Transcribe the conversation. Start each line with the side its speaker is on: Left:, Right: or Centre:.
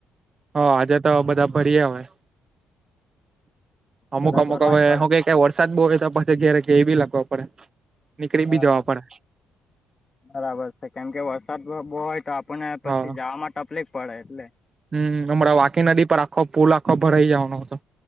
Right: હ આજે તો બધા ભરી અવે અમુક
Left: બરાબર
Right: અમુક
Left: હોય
Right: હવે
Left: જ પડે
Right: હું કઈક... કે વરસાદ બહુ હોય તો પછી ઘેરે કેઈ બી લાખવા પડે. નીકળી
Left: બરાબર
Right: બી જવા
Left: છે.
Right: પડે
Left: બરાબર છે કેમ કે વરસાદ બો હોય તો આ.... આપને પછી
Right: હા
Left: જાવામાં તફલીક પડે એટલે.
Right: હમ હમણાં વાકી નદી પર આખો પુલ આખો ભરાઈ જવાનો હતો.